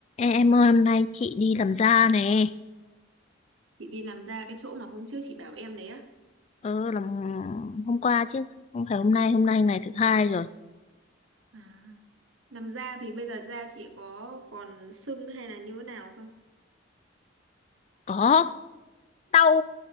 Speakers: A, on the left (about 35°); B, on the right (about 80°).
A: Ê, em ơi hôm nay chị đi làm da nè
B: Chị đi làm da cái chỗ mà hôm trước chị bảo em đấy á.
A: ờ làm hôm qua chứ không phải hôm nay hôm nay ngày thứ hai rồi
B: À. Làm da thì bây giờ da chị có còn sưng hay là như thế nào không?
A: có đau